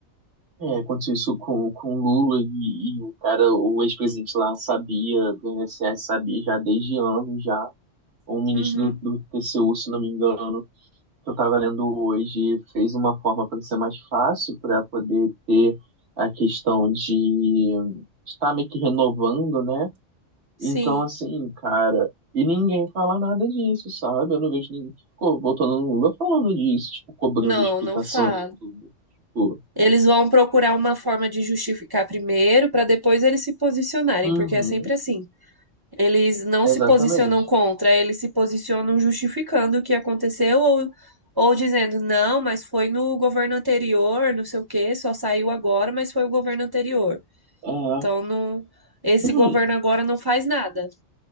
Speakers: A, on the right (about 55°); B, on the right (about 25°).
A: é, aconteceu isso com, com o Lula e, e o cara, o ex-presidente lá sabia, do INSS sabia já desde anos já. Um ministro
B: uhum.
A: do, do TCU, se não me engano, que eu estava lendo hoje, fez uma forma para ser mais fácil, para poder ter a questão de estar meio que renovando, né?
B: Sim.
A: Então, assim, cara, e ninguém fala nada disso, sabe? Eu não vejo ninguém que ficou botando no Lula falando disso, tipo, cobrando
B: Não,
A: explicações
B: não falo.
A: e tudo. Tipo,
B: Eles vão procurar uma forma de justificar primeiro, para depois eles se posicionarem,
A: uhum,
B: porque é sempre assim. Eles não
A: exatamente.
B: se posicionam contra, eles se posicionam justificando o que aconteceu ou, ou dizendo, não, mas foi no governo anterior, não sei o quê, só saiu agora, mas foi o governo anterior.
A: É,
B: Então, não, esse
A: uhum,
B: governo agora não faz nada,